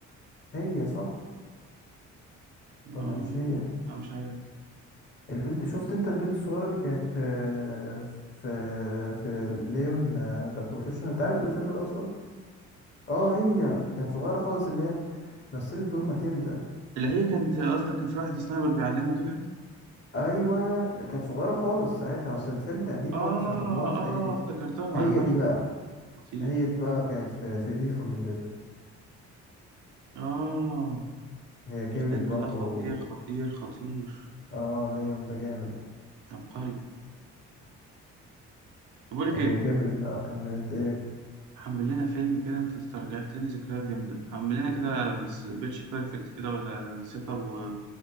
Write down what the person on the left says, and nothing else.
هي صح
ولا مش هي
البنت شفت انت البنت الصغيرة اللي كانت آه، في في ليون ذا بروفيشنال انت عارف الفيلم ده اصلا اه هي كانت صغيرة خالص اللي هي مثلت دور ماتيلدا
ايوه كانت صغيرة خالص ساعتها اصل الفيلم قديم
برضه سنة 94
هي
دي بقى
هي دي بقى كانت في في في فور فينديتا
هي كبرت
برضه
اه ليون ده جامد
هي
كبرت بقى كملت ايه